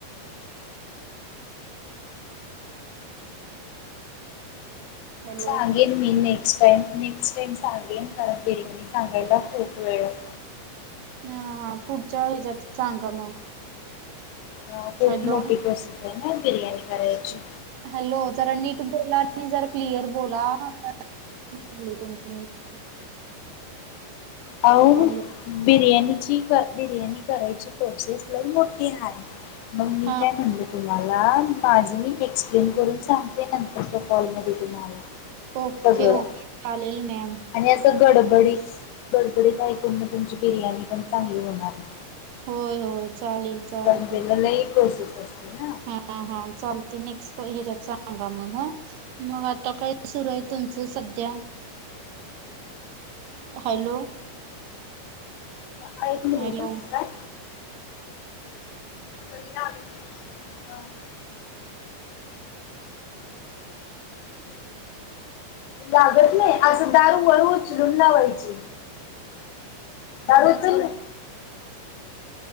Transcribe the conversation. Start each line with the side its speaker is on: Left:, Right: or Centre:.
Right: हॅलो
Left: चाल. सांगेन मी नेक्स्ट टाईम नेक्स्ट टाईम सांगेन, कारण बिर्याणी सांगायला खूप वेळ लागतो.
Right: हा हा पुढच्या हेच्यात सांगा मग.
Left: हा खूप
Right: हॅलो
Left: मोठी प्रोसेस आहे ना बिर्याणी करायची.
Right: हॅलो जरा नीट बोला आणि जरा क्लिअर बोला. <unintelligible> तुमच नीट.
Left: अहो
Right: हॅलो
Left: बिर्याणीची बिर्याणी करायची प्रोसेस लई मोठी हाय. मग मी
Right: हा
Left: काय म्हणल तुम्हाला माझ मी एक्सप्लेन करून सांगते नंतरच्या कॉल मध्ये तुम्हाला.
Right: ओके
Left: सगळं
Right: ओके चालेल मॅम.
Left: आणि असं गडबडीत गडबडीत ऐकून मग तुमची बिर्याणी पण चांगली होणार नाही.
Right: होय होय चालेल. चालेल
Left: कारण त्याला लई प्रोसेस असते न.
Right: हा हा चालतंय नेक्स्ट हेच्यात सांगा मग ह, मग आता काय सुरू आहे तुमचं सध्या? हॅलो
Left: हा एक मिनिट
Right: हॅलो
Left: अ काय? <unintelligible> हा लागत नाही असं दार वर उचलून लावायचं. दार उचललं?